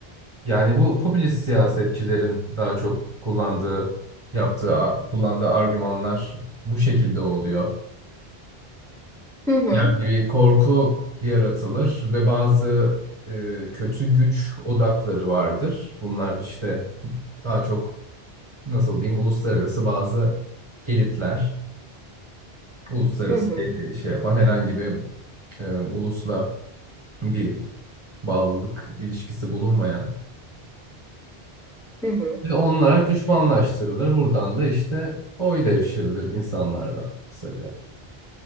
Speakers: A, on the right; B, in the centre.
A: Yani bu popülist siyasetçilerin daha çok kullandığı, yaptığı, a- kullandığı argümanlar bu şekilde oluyor.
B: Hı hı,
A: Yani bir korku yaratılır ve bazı e, kötü güç odakları vardır. Bunlar işte daha çok nasıl diyeyim uluslararası bazı elitler, uluslararası
B: hı hı,
A: şey şey yapan herhangi bir e, ulusla bir bağlılık ilişkisi bulunmayan
B: hı hı.
A: Ve onlar düşmanlaştırılır. Buradan da işte oy devşirilir insanlardan kısaca.